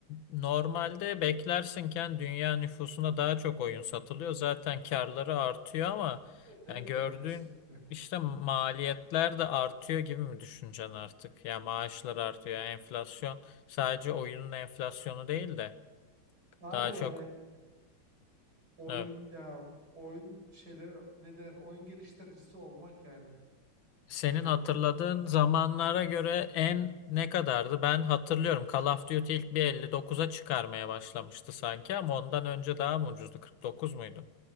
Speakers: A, on the left; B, on the right.
A: normalde beklersinken dünya nüfusuna daha çok oyun satılıyor. Zaten karları artıyor ama
B: Evet evet
A: yani gördüğün
B: yani kesinlikle.
A: işte maliyetler de artıyor gibi mi düşüneceksin artık? Ya maaşlar artıyor, yani enflasyon sadece oyunun enflasyonu değil de
B: Abi
A: daha
B: yani
A: çok
B: oyun
A: evet.
B: ya oyun şeyleri ne der oyun geliştiricisi olmak yani
A: Senin
B: böyle
A: hatırladığın
B: pa-
A: zamanlara göre en ne kadardı? Ben hatırlıyorum. Call of Duty ilk bir elli dokuz'a çıkarmaya başlamıştı sanki ama ondan önce daha mı ucuzdu? 49 muydu?